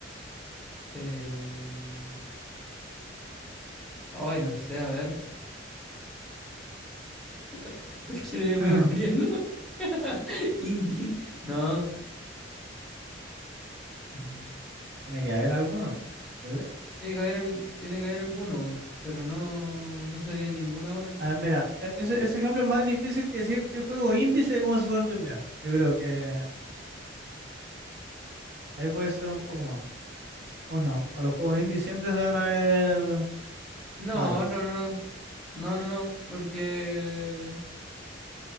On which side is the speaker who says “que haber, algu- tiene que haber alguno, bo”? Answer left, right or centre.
Centre